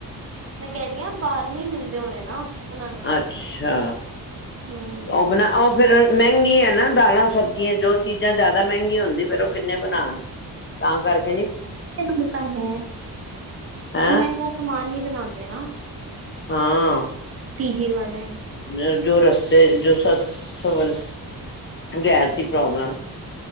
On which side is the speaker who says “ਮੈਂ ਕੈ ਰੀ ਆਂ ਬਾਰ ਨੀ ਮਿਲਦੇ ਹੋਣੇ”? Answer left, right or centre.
Right